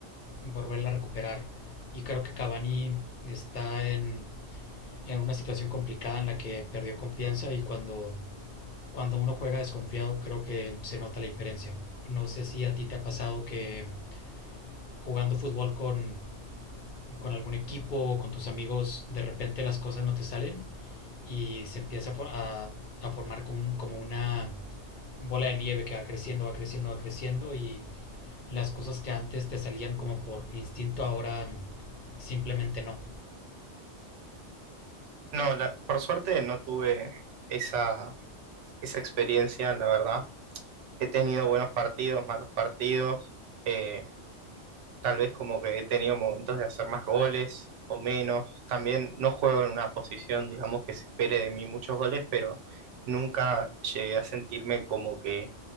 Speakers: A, on the left; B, on the right.
A: volverla a recuperar. Y creo que Cavani está en, en una situación complicada en la que perdió confianza y cuando cuando uno juega desconfiado creo que se nota la diferencia. No sé si a ti te ha pasado que jugando fútbol con, con algún equipo o con tus amigos de repente las cosas no te salen y se empieza a, for- a- a formar con- como una bola de nieve que va creciendo, va creciendo, va creciendo y las cosas que antes te salían como por instinto ahora simplemente no.
B: No, la- por suerte no tuve esa, esa experiencia, la verdad. He tenido buenos partidos, malos partidos. eh, tal vez como que he tenido momentos de hacer más goles o menos. También no juego en una posición, digamos, que se espere de mí muchos goles, pero nunca llegué a sentirme como que